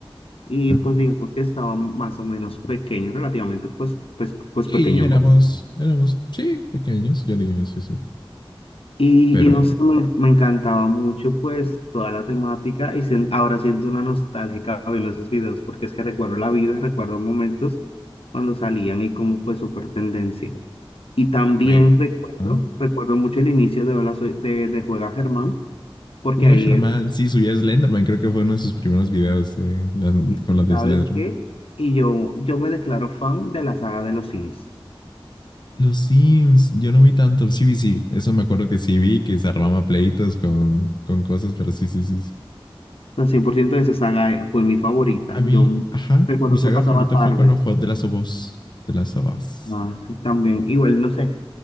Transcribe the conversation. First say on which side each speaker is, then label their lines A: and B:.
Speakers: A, on the left; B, on the left.
A: y
B: ¿Ah?
A: pues digamos que estaba más o menos pequeño, relativamente pues, pues, pues
B: Sí,
A: pequeño.
B: éramos, éramos, sí, pequeños, yo diría, sí, sí.
A: Y,
B: Pero
A: y no sé, me, me encantaba mucho pues toda la temática y sien- ahora siento una nostálgica viendo esos videos porque es que recuerdo la vida, recuerdo momentos cuando salían y cómo fue súper tendencia. Y también
B: fue.
A: recuerdo,
B: ¿ah?
A: recuerdo mucho el inicio de Hola Soy- de, de Juega Germán, porque
B: Oiga,
A: ahí
B: Germán,
A: él,
B: sí, subía Slenderman, creo que fue uno de sus primeros videos eh, las-
A: y
B: con
A: y
B: lo de
A: sabes
B: Slenderman.
A: qué, y yo, yo me declaro fan de la saga de los Sims.
B: Los Sims, yo no vi tanto, sí vi, sí, eso me acuerdo que sí vi, que se armaba pleitos con, con cosas, pero sí, sí, sí. sí.
A: La 100% de esa saga eh, fue mi favorita.
B: A mí,
A: Yo m-
B: ajá,
A: recuerdo
B: mi saga
A: que pasaba
B: favorita
A: tardes.
B: fue cuando jugó de las of Us, de las of Us.
A: Ah, sí, también, igual, no sé.